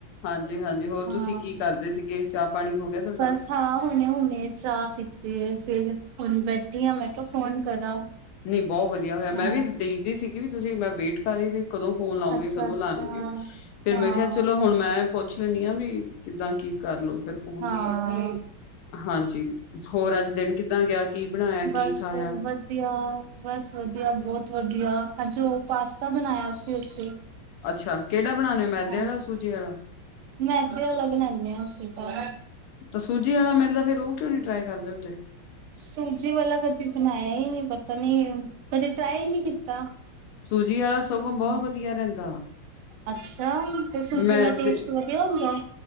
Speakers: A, on the left (about 80°); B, on the right (about 85°).
A: ਹਾਂਜੀ ਹਾਂਜੀ ਹੋਰ
B: ਹਾਂ
A: ਤੁਸੀਂ ਕੀ ਕਰਦੇ ਸੀਗੇ ਚਾਹ ਪਾਣੀ ਹੋ ਗਿਆ ਤੁਹਾਡਾ
B: ਬਸ ਹਾਂ ਹੁਣੇ ਹੁਣੇ ਚਾਹ ਪੀਤੀ ਹੈ ਫਿਰ ਹੁਣ ਬੈਠੀ ਹੈ ਮੈਂ ਕਿਹਾ ਫੋਨ ਕਰਾਂ
A: ਨਹੀਂ ਬਹੁਤ ਵਧੀਆ ਹੋਇਆ ਮੈਂ
B: ਹਾਂ
A: ਵੀ ਦੇਖਦੀ ਸੀਗੀ ਵੀ ਤੁਸੀਂ ਮੈਂ ਵੇਟ ਕਰ ਰਹੀ ਸੀ ਕਦੋਂ ਫੋਨ ਲਾਉਗੇ
B: ਅੱਛਾ-ਅੱਛਾ
A: ਕਦੋਂ ਲਾਉਣਗੇ ਫਿਰ
B: ਹਾਂ,
A: ਮੈਂ ਕਿਹਾ ਚਲੋ ਹੁਣ ਮੈਂ ਪੁੱਛ ਲੈਂਣੀ ਹਾਂ ਵੀ ਕਿੱਦਾਂ ਕੀ ਕਰਲੋ ਫਿਰ ਫੋਨ
B: ਹਾਂ
A: ਤੁਸੀਂ ਹਾਂਜੀ ਹੋਰ ਅੱਜ ਦਿਨ ਕਿੱਦਾਂ ਗਿਆ ਕੀ ਬਣਾਇਆ
B: ਬਸ
A: ਕੀ ਖਾਇਆ
B: ਵਧੀਆ ਬਸ ਵਧੀਆ ਬਹੁਤ ਵਧੀਆ ਅੱਜ ਉਹ ਪਾਸਤਾ ਬਣਾਇਆ ਸੀ ਅਸੀਂ
A: ਅੱਛਾ ਕਿਹੜਾ ਬਣਾਲਿਆ ਲਿਆ ਹੋ ਮੈਦੇ
B: ਹਾਂਜੀ
A: ਆ ਸੂਜੀ ਵਾਲਾ
B: ਮੈਦੇ ਵਾਲਾ ਬਣਾਨੇ ਆ ਅਸੀਂ ਤਾਂ
A: ਤਾਂ ਸੂਜੀ ਵਾਲਾ ਮੈਦਾ ਫਿਰ ਉਹ ਕਿਉਂ ਨੀ ਟਰਾਈ ਕਰਦੇ ਹੁੰਦੇ
B: ਸੂਜੀ ਵਾਲਾ ਕਦੀ ਬਣਾਇਆ ਹੀ ਨਹੀਂ ਪਤਾ ਨਹੀਂ ਕਦੇ ਟਰਾਏ ਨੀ ਕੀਤਾ
A: ਸੂਜੀ ਵਾਲਾ ਸਗੋ
B: ਹਾਂਜੀ,
A: ਬਹੁਤ ਵਧੀਆ ਰਹਿੰਦਾ
B: ਅੱਛਾ ਤੇ ਸੂਜੀ
A: ਮੈਂ
B: ਦਾ ਟੇਸਟ
A: ਦੇ
B: ਵਧੀਆ ਹੁੰਦਾ